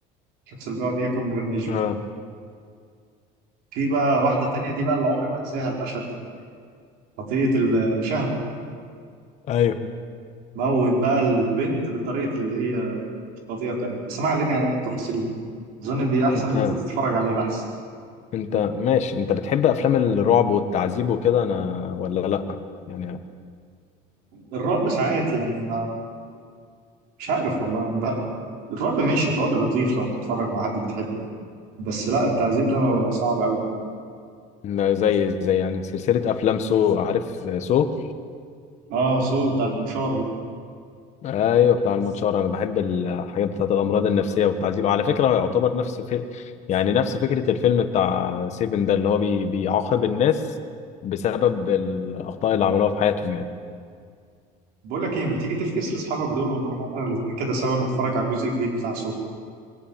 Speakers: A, on the right; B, on the left.
A: الشخص اللي بيقعد ياكل من غير ما يشبع
B: اه
A: في بقى واحده تانية دي بقى اللي عمري ما انساها المشهد ده خطيئه الشهوه
B: ايوه
A: موت بقى البنت بطريقة اللي هي القضية بتاعتها بس ما علينا يعني من التفاصيل دي أظن دي أحسن
B: انت
A: إن أنت تتفرج عليه أحسن
B: انت ماشي انت بتحب افلام الرعب والتعذيب وكده انا ولا لا يعني
A: الرعب ساعات يعني ما مش عارف والله بقى. الرعب ماشي الرعب لطيف لو تتفرج مع حد بتحبه يعني بس لا التعذيب ده صعب أوي
B: لا زي زي يعني سلسله افلام سو عارف سو
A: آه صوت بتاع المنشار ده
B: ايوه بتاع المنشار انا بحب الحاجات بتاعت الامراض النفسيه والتعذيب على فكره هو يعتبر نفس في... يعني نفس فكره الفيلم بتاع سيفن ده اللي هو بي... بيعاقب الناس بسبب الاخطاء اللي عملوها في حياتهم يعني
A: بقول لك إيه ما تيجي تفكس لأصحابك دول ونروح إحنا الاتنين كده سوا نتفرج على الجزء الجديد بتاع سوق